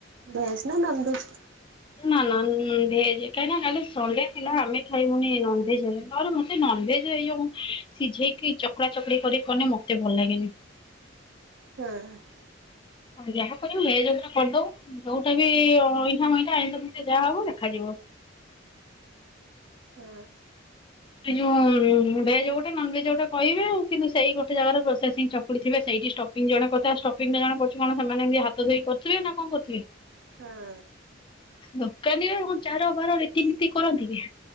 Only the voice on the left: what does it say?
ନା ନା ଭେଜ କାହିଁକି ନା ଖାଲି ସଣ୍ଡେ ଥିଲା ଆମେ ଖାଇବୁନି ନନଭେଜ ହେଲେ। ନହେଲେ ମତେ ନନଭେଜ ଏ ଯୋଉ ସିଝେଇକି ଚକଡ଼ା ଚକଡି କରିକି କଲେ ମତେ ଭଲ ଲାଗେନି।
ହଁ ଯାହା କରିବୁ ଭେଜ ଉପରେ କରିଦବୁ ଯୋଉଟା ବି ଅଇଁଠା ମଇଁଠା ଆଇଁଷ ଫାଇଁଷ ଯାହା ହବ ଦେଖାଯିବ।
ଏଇ ଯୋଉ ଭେଜ ଗୋଟେ ନନ ଭେଜ ଗୋଟେ କହିବେ କିନ୍ତୁ ସେଇ ଗୋଟେ ଜାଗାରେ ପ୍ରୋସେଂ ଚକୁୁଡିଥିବେ ସେଇଠି ଷ୍ଟପ ଜଣେ କଥା ଷ୍ଟୋପିଂଟା ଜଣେ କରୁଛି କଣ ସେମାନେ ଏମିତି ହାତ ଧୋଇକି କରିଥିବେ ନା କଣ କରୁଥିବେ।
ଦୋକାନୀରେ କଣ ଚାର ବାର ରୀତିନୀତି କରନ୍ତି କି?